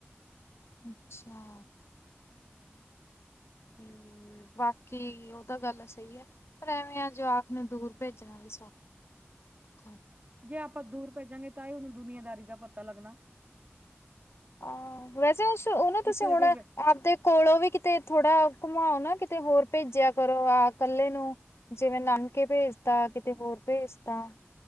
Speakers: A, on the left; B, on the right.
A: ਅੱਛਾ ਹਮ <inaudible> ਬਾਕੀ ਉਹ ਤਾਂ ਗੱਲ ਸਹੀ ਹੈ ਪਰ ਐਵੇਂ ਆ ਜਵਾਕ ਨੂੰ ਦੂਰ ਭੇਜਣਾ ਵੀ ਸੌਖਾ <inaudible>
B: ਜੇ ਆਪਾਂ ਦੂਰ ਭੇਜਾਂਗੇ ਤਾਂ ਹੀ ਉਹਨੂੰ ਦੁਨੀਆਦਾਰੀ ਦਾ ਪਤਾ ਲੱਗਣਾ।
A: ਹਾਂ ਵੈਸੇ ਉਹ ਨਾ ਤੁਸੀਂ
B: ਇੱਥੇ
A: ਹੁਣ
B: ਫਿਰ
A: ਆਪਦੇ ਕੋਲੋਂ ਵੀ ਕਿਤੇ ਥੋੜਾ। ਆਓ ਨਾ ਕਿਤੇ ਹੋਰ ਭੇਜਿਆ ਕਰੋ ਆਹ ਇਕੱਲੇ ਨੂੰ ਜਿਵੇਂ ਨਾਨ ਕੇ ਭੇਜਤਾ
B: ਹਾਂਜੀ
A: ਕਿਤੇ ਹੋਰ ਭੇਜ ਤ